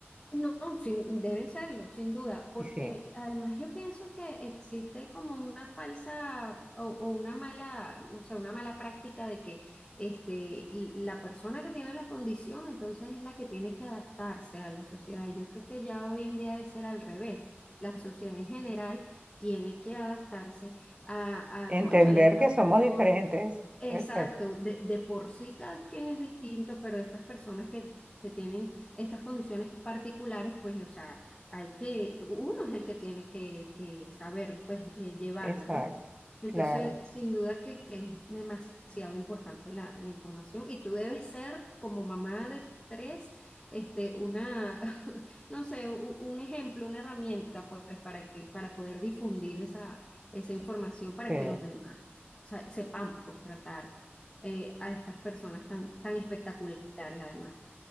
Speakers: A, on the left; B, on the right.
A: No, sin- deben serlo, sin duda, porque
B: Y sí,
A: además yo pienso que existe como una falsa o, o una mala, no sé, una mala práctica de que este, la persona que tiene la condición entonces es la que tiene que adaptarse a la sociedad. Y Yo creo que ya hoy en día debe ser al revés. La sociedad en general tiene que adaptarse a,
B: entender
A: a, cónchale, a estas
B: que somos
A: personas
B: diferentes,
A: Exacto,
B: exacto,
A: de, de por sí cada quien es distinto, pero estas personas que, que tienen estas condiciones particulares, pues, o sea, hay que, uno es el que tiene que, que saber, pues, eh, llevarla,
B: exacto,
A: ¿no? Entonces,
B: claro,
A: sin duda que, que es demasiado importante la, la información y tú debes ser como mamá de tres, este, una, <laughs> no sé, u- un ejemplo, una herramienta, pues, para que, para poder difundir esa, esa información para
B: sí.
A: que los demás sa- sepamos pues tratar eh, a estas personas tan, tan espectaculares además.